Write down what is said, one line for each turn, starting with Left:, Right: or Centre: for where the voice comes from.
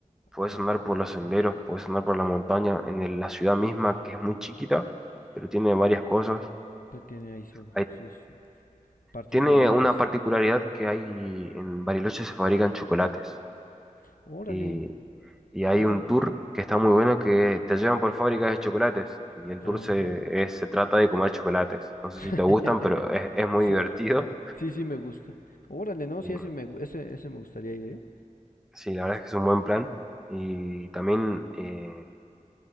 Centre: Puedes
Left: Ok.
Centre: andar por los senderos, puedes andar por la montaña, en el- la ciudad misma, que es muy chiquita, pero tiene varias cosas.
Left: Pero tiene ahí su-
Centre: Hay-
Left: sus partes
Centre: tiene
Left: bonitas.
Centre: una particularidad que hay en Bariloche se fabrican chocolates.
Left: Órale,
Centre: Y, y hay
Left: órale.
Centre: un tour que está muy bueno que te llevan por fábricas de chocolates. Y el
Left: Ah.
Centre: tour se, es- se trata de comer chocolates. No sé
Left: <laughs>
Centre: si te gustan, pero es, es muy
Left: sí,
Centre: divertido.
Left: sí, sí me gusta. Órale, no,
Centre: Y,
Left: sí, ese me, ese, ese me gustaría ir, ¿eh?
Centre: sí, la verdad es que es un buen plan. Y también... eh,